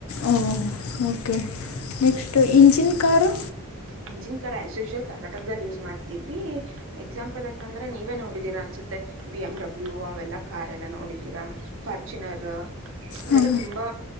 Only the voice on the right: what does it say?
ಹಂಜಿನ್ ಕರಐಸ್ ಯೂಶಲ್ ಕರ್ನಾಟಕದಲ್ಲಿ ಯೂಸ್ ಮಾಡ್ತರ್ವಿ ಎಕ್ಸಾಂಪಲ್ ಅಂತ ಅಂದ್ರೆ ನೀವೇ ನೋಡಿದೀರಾ ಅನ್ಸುತ್ತೆ ಬಿ ಎಮ್ ಡಬ್ಲ್ಯೂ ಅವೆಲ್ಲ ಕಾರ್ ಎಲ್ಲ ನೋಡಿದೀರಾ ಫಾರ್ಚುನರ್ ಅವೆಲ್ಲ
ತುಂಬಾ